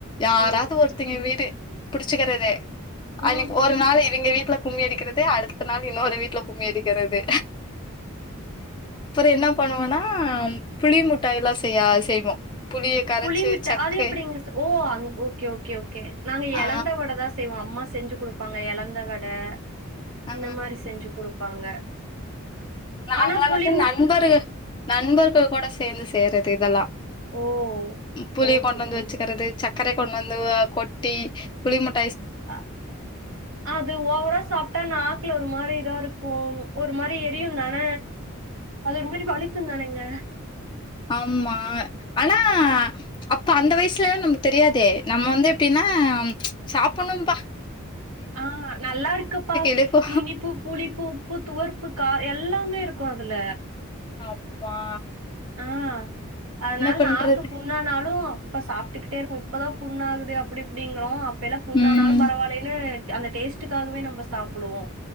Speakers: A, on the left; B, on the right.
A: யாராவது
B: ஓ
A: ஒருத்தெங்க வீடு புடிச்சுக்கிறதே
B: ம்
A: அன்னைககி ஒரு நாள் இவெங்க வீட் ல கும்மி அடிக்கிறது அடுத்த நாள் இன்னொரு வீட்ல கும்மி அடிக் க்கிறது என்ன பண்ணுவோன்னா புளி முட்டாயல்லா செய்ய ஆ செய்வோ புளிய கரைச்சு
B: புளிமிட்டா
A: சக்கு
B: அது எப்டிங்க ஓ அந் ஓகே ஓகே ஓகே நாங்க
A: ஆ
B: எழந்தவடதா செய்வோ அம்மா செய் செஞ்சு குடுப்பாங்க எழந்த வட
A: ஆ
B: இந்த மாரி செஞ்சு குடுப்பாங்க ஆனா
A: நாங்களா
B: புளி
A: வந்து
B: மிட்
A: நண்பர்கள் நண்பர்கள் கூட சேந்து செய்றது இதல்லா
B: ஓ!
A: புளிய
B: ஓகே,
A: கொண்டு வந்து
B: ஓகே.
A: வச்சுக்கறது சக் கரை கொண்டு வந்து கொட்டி புளி முட்
B: அ அது ஓவரா சாப்ட்டா நாக்குல ஒட் ஒரு மாரி இதா இருக்கும் ஒரு மாரி எரியுந்தான அது ஒரு மாரி வலிக்கு தானங்க
A: ஆம்மா ஆனா அப்ப அந்த வயசுல்ல நம்க்கு தெரியாதே நம்ம வந்து எப்டின்னா சாப்டணும்ப்பா
B: ஆ நல்லா இருக்குப்பா
A: இழுக்கு
B: இனிப்பு புளிப்பு உப்பு துவர்ப்பு கா எல்லாமே இருக்கு அதுல
A: அப்பா
B: ஆ அதனால
A: பண்றது
B: நாக்கு புண்ணானாலு இப்ப சாப்ட்டுக்கிட்டே இருப்போ இப்பதா புண்ண ஆகுது அப்டி இப்டிங்குறோ இப்பலா புண்ணாானாலோ
A: ம்
B: பரவாயில்லைன்னு அந்த டேஸ்ட்டுக்காகவே நம்ம சாப்புடுவோ